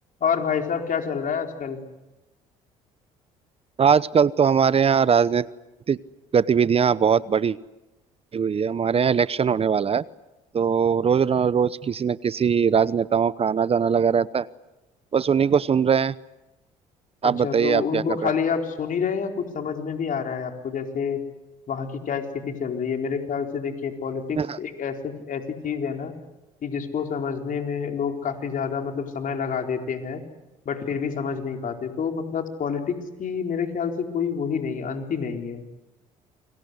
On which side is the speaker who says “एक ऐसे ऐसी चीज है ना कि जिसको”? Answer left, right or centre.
Left